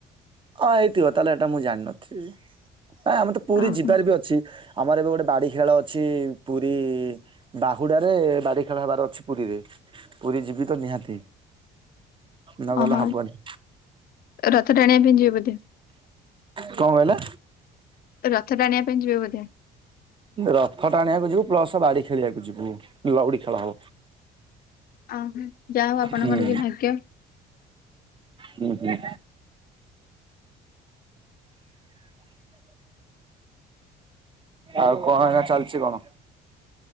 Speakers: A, on the right; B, on the left.
A: ହଁ ହେଇଥିବ ତାହଲେ ଏଟା ମୁଁ ଜାଣିନଥିବି। ନାଇଁ ଆମେ ତ ପୁରୀ
B: ଓହୋ
A: ଯିବାର ବି ଅଛି ଆମର ଏବେ ଗୋଟେ ବାଡ଼ି ଖେଳ ଅଛି ପୁରୀ ବାହୁଡ଼ା ରେ ବାଡ଼ି ଖେଳ ହେବାର ଅଛି ପୁରୀରେ। ପୁରୀ ଜୀବିତ ନିହାତି।
B: <inaudible>
A: ନ ଗଲେ
B: ଓହୋ
A: ହବନି।
B: ରଥ ଟାଣିବା ପାଇଁ ଯିବେ ବୋଧେ
A: କଣ କଇଲେ?
B: ରଥ ଟାଣିବା ପାଇଁ ଯିବେ ବୋଧେ।
A: ରଥ ଟା ଟାଣିବାକୁ ଯିବୁ ପ୍ଲସ ବାଡ଼ି ଖେଳିବାକୁ ଯିବୁ ଲଉଡ଼ି ଖେଳ ହବ।
B: ଓହୋ ଯାହା ହଉ ଆପଣଙ୍କର
A: ହୁଁ
B: କି ଭାଗ୍ୟ
A: ହୁଁ ହୁଁ। ଆଉ କଣ ଏଇନା ଚାଲିଚି କଣ?